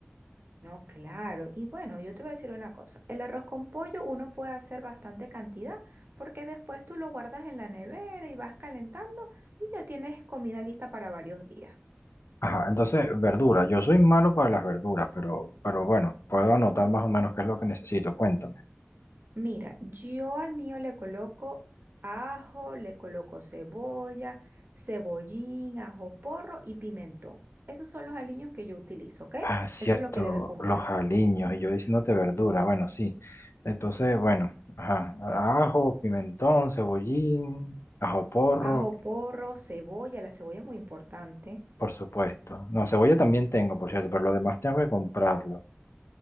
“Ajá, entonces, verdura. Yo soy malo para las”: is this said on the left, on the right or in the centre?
Left